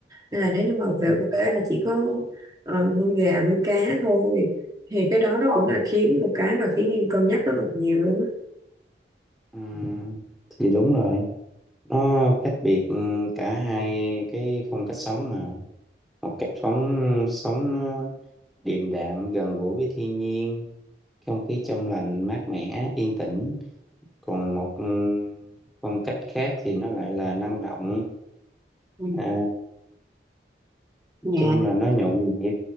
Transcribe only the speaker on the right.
nên là nếu như mà về
quê là chỉ có ờ, nuôi gà nuôi cá thôi thì cái đó nó cũng là khiến một cái mà khiến em cân nhắc rất là nhiều luôn á
Ừ.
Dạ